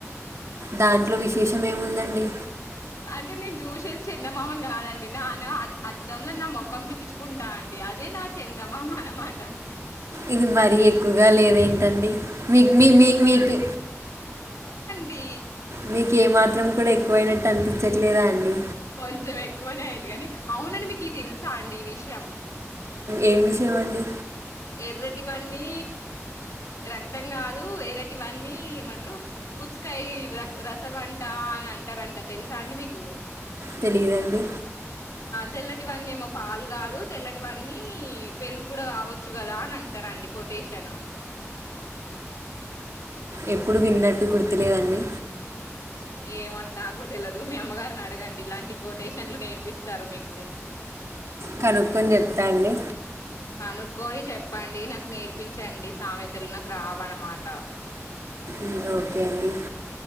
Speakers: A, on the right; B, on the left.
A: దాంట్లో విశేషం ఏముందండి
B: అంటే నేను చూసేది చందమామని కాదండి నాన అద్దంలో నా మొఖం చూపించుకుంటా అండి అదే నా చందమామ అన్నమాట
A: ఇది మరీ ఎక్కువగా లేదేంటండి మీ మీ మీ మీకు
B: డి
A: మీకు ఏ మాత్రం కూడా ఎక్కువయినట్టు అనిపించట్లేదా అండి
B: కొంచెం ఎక్కువనే అయింది కానీ అవునండి మీకు ఈ తెలుసా అండి ఈ విషయం
A: ఏం విషయంమండి
B: ఎర్రటివన్నీ రక్తం కాదు ఎర్రటివన్నీ ఏమంటారు పుచ్చుకాయ రసం అంట అని అంటారంట తెలుసా అండి మీకు
A: తెలియదండి
B: తెల్లటివన్ని ఏమో పాలు కాదు తెల్లటివన్నీ పెరుగు కూడా కావచ్చు చ్చు కదా అని అంటారండి కొటేషను
A: ఎప్పుడు విన్నట్టు గుర్తులేదండి
B: ఏమో అండి నాకుడా తెల్వదు మీ అమ్మగారిని అడగండి ఇలాంటి కొటేషన్లు నేర్పిస్తారు మీకు
A: కనుక్కొని చెప్తాండి
B: కనుక్కొని చెప్పండి నాకు నేర్పించండి సామెతలు నాకు రావన్నమాట
A: ఉమ్, ఓకే అండి